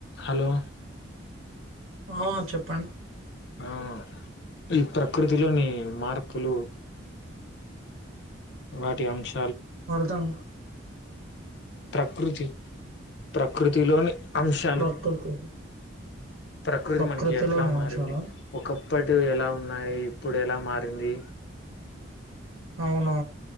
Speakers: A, on the left; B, on the right.
A: హలో
B: ఆ చెప్పం
A: ఆ ఈ ప్రకృతిలోని మార్పులు వాటి ఆంశ
B: వళ్తాం
A: ప్రకృతి ప్రకృతిలోని అంశాలు
B: ప్రకృతి
A: ప్రకృతి
B: ప్రకృతిలోని
A: మనకి ఎట్లా మారింది
B: అంశాలా
A: ఒకప్పటి ఎలా ఉన్నాయి ఇప్పుడు ఎలా మారింది
B: అవునా